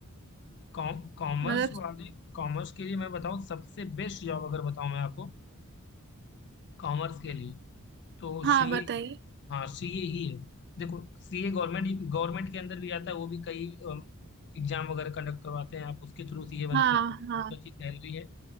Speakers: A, on the left; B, on the right.
A: कॉमर्स
B: मतलब
A: वाले कॉमर्स के लिए मैं बताऊं सबसे बेस्ट जॉब अगर बताऊं मैं आपको कॉमर्स के लिए तो
B: हाँ
A: सीए
B: बताइए
A: हाँ सीए ही है देखो सीए गवर्नमेंट गवर्नमेंट के अंदर भी आता है वो भी कई एग्जाम वगैरह कंडक्ट करवाते हैं आप उसके थ्रू सीए बनते
B: हाँ
A: हैं तो भी
B: हाँ
A: बहुत अच्छी सैलरी है